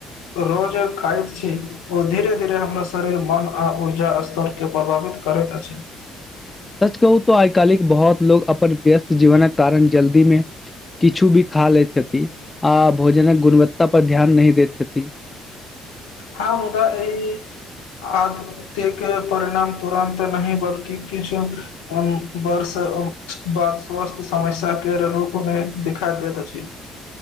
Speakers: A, on the left (about 70°); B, on the left (about 15°).
A: रोज खाइत छी ओ धीरे धीरे हमरा शरीर मन आ ऊर्जा स्तर के प्रभाव करैत अछि
B: <inaudible> सच कहू त आइ कालिक बहुत लोग अपन व्यस्त जीवनक कारण जल्दी मे किछु भी खा लै छथि आ भोजनक गुणवत्ता पर ध्यान नहि दैत छथि
A: हँ मुदा ई आदत के परिणाम तुरन्त नहि बल्कि किछु बर्ष बाद स्वास्थ्य समस्या के रूप मे दिखा दैत अछि